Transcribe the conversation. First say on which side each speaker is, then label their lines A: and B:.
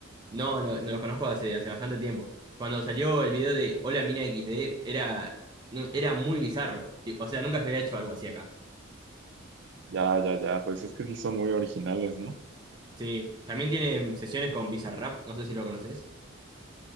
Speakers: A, on the right (about 20°); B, on the right (about 60°).
A: No, no, no los conozco hace, hace bastante tiempo. Cuando salió el video de Hola Mina XD, era, no- era muy bizarro. Sí, O sea, nunca se había hecho algo así acá.
B: Ya, ya, ya, pues es que sí son muy originales, ¿no?
A: Sí, también tienen sesiones con Bizarrap, no sé si lo conoces.